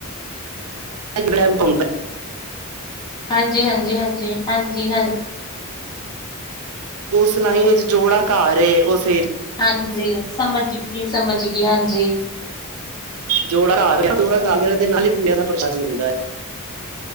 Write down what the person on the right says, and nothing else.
ਐ ਲੈਂਪ ਹੁੰਦਾ ਐ।
ਓਸ ਲਾਈਨ ਏਚ ਜੋੜਾ ਘਰ ਏ ਓਸ
ਜੋੜਾ ਘਾਰ ਏ। ਜੋੜਾ ਘਰ ਦੇ ਨਾਲ ਈ ਬੂਟੇਆਂ ਦਾ ਪ੍ਰਸ਼ਾਦ ਮਿਲਦਾ ਐ।